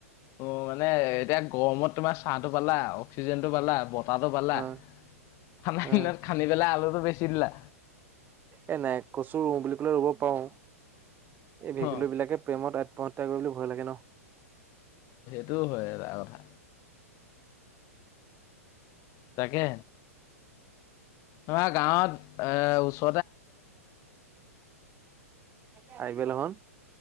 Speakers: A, on the left (about 35°); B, on the right (about 20°).
A: অ মানে এতিয়া গৰমত তোমাৰ চাহ টো পালা, অক্সিজেন টো পালা। পতটো পালা।
B: অ
A: খান দিনত
B: অ
A: খান্দি পেলাই আলুটো বেছি দিলা।
B: এ নাই কচু ৰুওঁ বুলি ক'লে ৰুব পাৰো। এই ভেকুলী
A: অ
B: বিলাকে প্ৰেমত আত্মহত্যা কৰিবলৈ ভয় লাগে ন?
A: সেইটো হয় এটা কথা। তাকে ধৰা গাঁৱত এ ওচৰত
B: চাইবেল এখন।